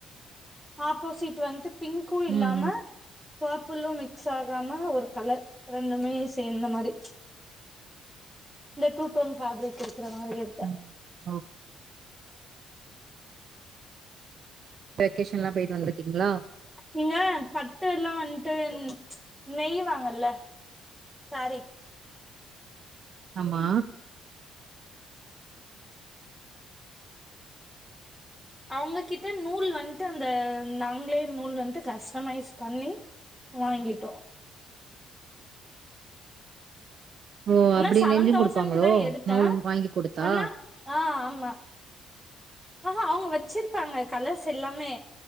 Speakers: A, in the centre; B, on the right.
A: ஆப்போசிட் வன்ட்டு பிங்க்கு இல்லாம
B: ம், ம்,
A: பர்புள்ளு மிக்ஸ் ஆகாம ஒரு கலர் ரெண்டுமே சேந்த மாரி இந்த டூ டோன் ஃபேப்ரிக் இருக்கற மாரி <unintelligible>
B: ம் ஓ வெக்கேஷன்லா போயிட்டு வந்துட்டுடிங்களா
A: நீங்க பட்டு எல்லா வன்ட்டு நெய்வாங்கல்ல சேரி
B: ஆமா
A: அவுங்ககிட்ட நூல் வன்ட்டு அந்த நாங்களே நூல் வன்ட்டு கஸ்ட்மைஸ் பண்ணீ வாங்கிட்டோ
B: ஓ!
A: அனா
B: அப்படி
A: சவன்
B: நெஞ்சும்
A: தௌசணுக்கு
B: குடுப்பாங்களோ?
A: தா எடுத்த
B: நூல் வாங்கி குடுத்தா?
A: அனா ஆ ஆமா ஆஹா அவுங்க வெச்சிருப்பாங்க கலர்ஸ் எல்லாமே